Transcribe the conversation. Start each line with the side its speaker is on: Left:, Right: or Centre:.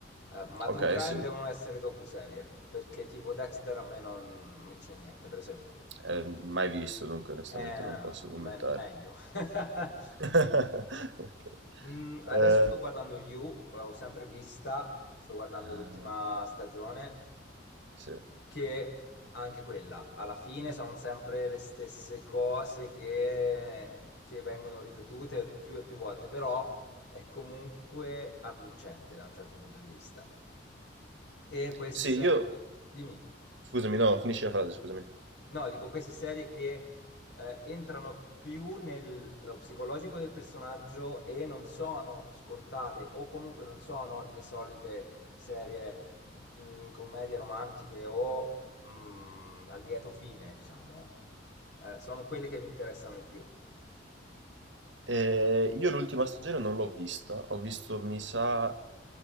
Left: Eh, ma
Right: ok,
Left: true crime
Right: sì.
Left: devono essere docuserie, perché tipo Dexter a me non non mi dice niente, per esempio.
Right: Eh, mai visto, dunque onestamente
Left: Eh,
Right: non posso commentare.
Left: me- meglio. <laughs>
Right: <laughs> Ok.
Left: Mm, adesso
Right: Eh,
Left: sto guardando You, l'avevo sempre vista, sto guardando
Right: ah,
Left: l'ultima stagione,
Right: sì.
Left: che anche quella, alla fine sono sempre le stesse cose che, che vengono ripetute più e più volte, però è comunque avvincente da un certo punto di vista. E queste
Right: Sì,
Left: serie
Right: io...
Left: di... Dimmi.
Right: Scusami, no, finisci la frase, scusami.
Left: No, dico queste serie che eh, entrano più nel nello psicologico del personaggio e non sono scontate, o comunque non sono le solite serie mh, commedie romantiche o mh, a lieto fine, diciamo. Eh, sono quelle che mi interessano di più.
Right: Eh, io l'ultima stagione non l'ho vista, ho visto, mi sa...